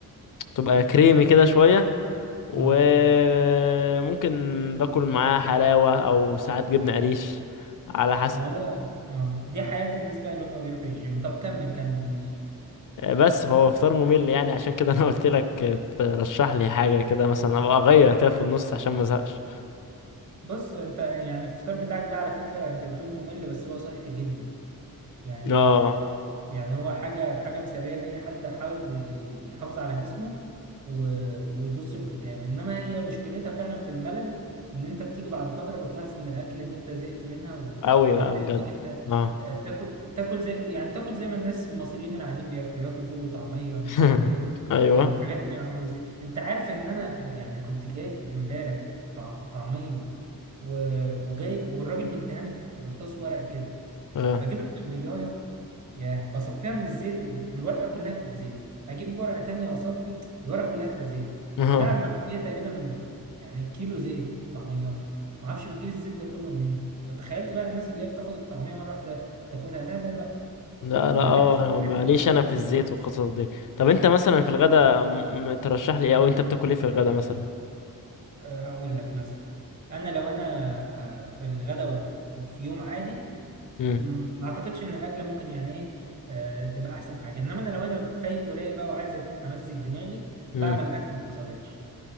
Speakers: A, on the left; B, on the right.
A: تبقى كريمي كده شويه وممكن
B: اه
A: باكل معاها حلاوه او ساعات جبنه قريش على حسب
B: ما هو اه دي حياة الناس بقى اللي هم بيروحوا الجيم طب كمل كمل ماشي
A: بس فهو فطار ممل يعني عشان كده انا <laughs> قلت لك ترشح لي حاجه كده مثلا ابقى اغير كده في النص عشان ما ازهقش
B: بص انت يعني الفطار بتاعك ده على فكرة انت بتقول ممل بس هو صحي جدا يعني
A: اه
B: يعني هو حاجة حاجة مثالية لأي حد حابب يحافظ على جسمه و- ويبص لقدام إنما هي مشكلتها فعلا في الملل إن أنت بتيجي بعد فترة بتلاحظ إن الأكلة دي أنت زهقت منها
A: قوي
B: ومحتاج
A: بقى بجد
B: إنك أنت
A: اه
B: آه، تاكل تاكل زي يعني تاكل زي ما الناس المصريين العاديين بياكلوا ياكلوا فول وطعمية مش
A: <laughs>
B: عارف إيه
A: ايوه
B: الحاجات اللي معمولة زي أنت عارف إن أنا يعني كنت جايب إمبارح طعم- طعمية و- وجايب والراجل مديهاني في قرطاس ورق كده
A: اه
B: بجيب الطعمية ياه بصفيها من الزيت ال- الورقة كلها تبقى زيت أجيب ورقة تانية وأصفي الورقة كلها تبقى زيت
A: <laughs>
B: البتاع المحلية تقريبا يعني كيلو زيت طعميات معرفش بتجيب الزيت ده كله منين تخيلت بقى الناس اللي هي بتاخد الطعمية مرة واحدة تاكلها لا لا لا
A: لا انا
B: أنا ما
A: اه
B: بحبش
A: انا
B: الحاجات
A: معليش
B: المعمولة
A: انا
B: في الزيت
A: في الزيت والقصص دي طب انت مثلا في الغدا م- م- ترشح لي ايه او انت بتاكل ايه في الغدا مثلا
B: أه، هقول لك مثلا أنا لو أنا آه، في الغداء وفي يوم عادي
A: امم
B: مم، ما أعتقدش إن الأكلة ممكن يعني إيه آه، تبقى أحسن حاجة إنما أنا لو أنا فايق ورايق بقى وعايز أمزج دماغي
A: امم
B: بعمل اكل ما حصلتش